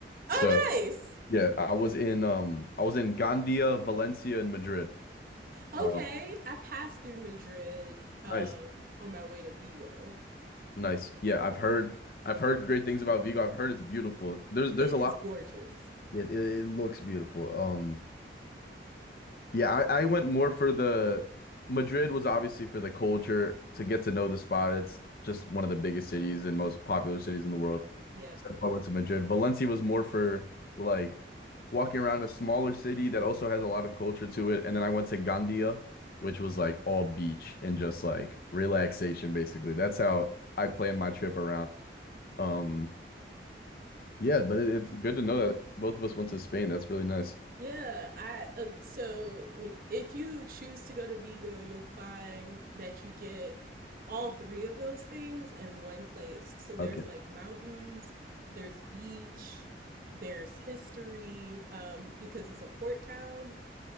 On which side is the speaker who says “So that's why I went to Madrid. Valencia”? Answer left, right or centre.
Left